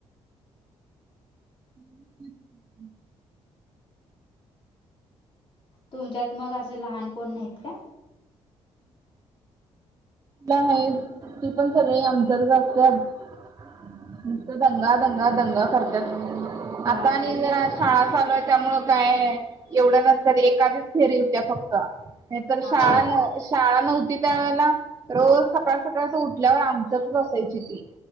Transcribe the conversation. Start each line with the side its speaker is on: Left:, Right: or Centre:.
Right: हम्
Left: तुमच्यात मग असं लहान कोण नाहीत का
Right: म्ह <inaudible> आहे ती पण सगळे आमच्याच असत <inaudible> नुसत दंगा दंगा दंगा करतात
Left: हा.
Right: आता आणि जरा शाळा चालु आहे त्यामुळे काय एवढं नसत एखादीच फेरी होत्या फक्त हे तर
Left: हा
Right: शाळा
Left: हा
Right: न शाळा नव्हती त्या वेळेला रोज सकाळ सकाळच उठल्यावर आमच्यातच असायची ती